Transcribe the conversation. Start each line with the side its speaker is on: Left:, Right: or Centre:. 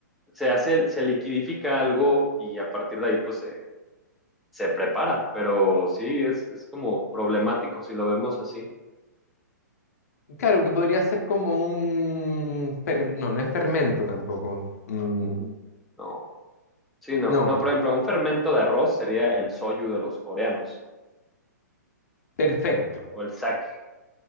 Centre: se hace, se liquidifica algo y a partir de ahí pues se, se prepara, pero sí, es, es como problemático si lo vemos así.
Left: claro, que podría ser como un... fer- no, no es fermento tampoco. Mm,
Centre: Ujú. No. Sí, no,
Left: no,
Centre: no, por ejemplo, un fermento de arroz sería el soyu de los coreanos
Left: perfecto.
Centre: o, o el sake.